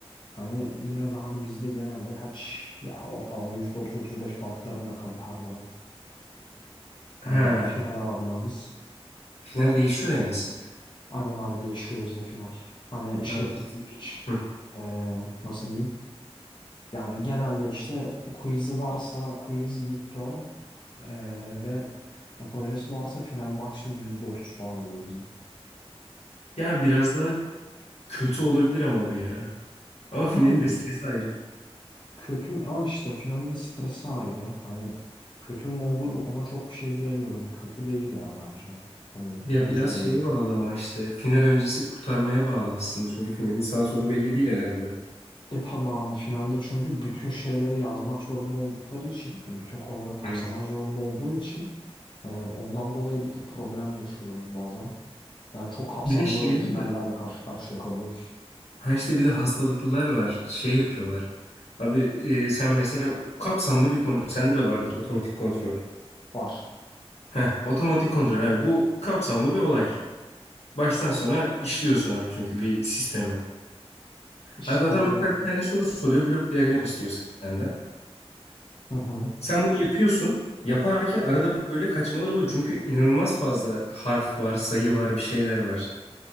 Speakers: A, on the left; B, on the left.
A: hani yine de hani bizde genelde kaç ya ortalama yüzde otuz otuz beş bantlarında kalır her zaman.
B: Ha,
A: Hani Evet. final ağırlığımız.
B: final değişiyor yani sizde.
A: Aynen abi değişiyor bizde final. Hani şey
B: Ha, biz...
A: hiç
B: Hı.
A: ee, nasıl diyeyim? Yani genelde işte quiz'i varsa quiz midterm e, ve projesi varsa final maksimum %30 falan oluyor bizim.
B: Ya biraz daha kötü olabilir ama bu ya. Ama
A: Yani
B: finalin de stresi ayrı.
A: kötü mü? Ama işte finalin stresi ayrı. Hani kötü mü olur ona çok bir şey diyemiyorum. Kötü değil ya bence. Hani
B: Ya
A: güzel
B: biraz
A: olur.
B: şeye bağlı ama işte final öncesi kurtarmaya bağlı aslında. Çünkü finalin sağ solu belli değil herhalde.
A: E tabi abi finalde çünkü bütün şeyleri yazmak zorunda oldukları için hani bütün konuları kapsamak
B: Evet.
A: zorunda olduğu için e, ondan dolayı bir tık problem yaşıyoruz bazen. Yani çok kapsamlı
B: Bir de şeyler
A: finallerle
B: var.
A: karşı karşıya kalıyoruz.
B: Ha işte bir de hastalıklılar var. Şey yapıyorlar. Abi e, sen mesela kapsamlı bir konu. Sende de vardır otomatik kontrol.
A: Var.
B: Heh, otomatik kontrol. Abi, bu kapsamlı bir olay. Baştan sona işliyorsun abi çünkü bir sistemi.
A: İşte
B: Abi adam
A: Aa.
B: mesela bir tane soru soruyor. Blok diyagram istiyor senden.
A: hı hı.
B: Sen bunu yapıyorsun. Yaparken arada böyle kaçmalar oluyor. Çünkü inanılmaz fazla harf var, sayı var, bir şeyler var.